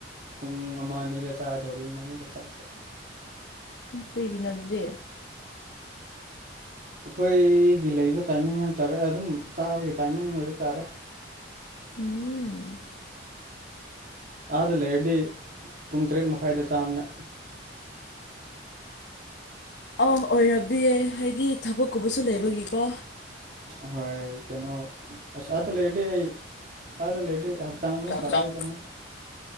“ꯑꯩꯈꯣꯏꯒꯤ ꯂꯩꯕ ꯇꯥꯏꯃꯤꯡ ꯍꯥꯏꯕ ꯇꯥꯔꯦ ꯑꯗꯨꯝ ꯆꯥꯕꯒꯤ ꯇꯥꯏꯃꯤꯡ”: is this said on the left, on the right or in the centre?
Right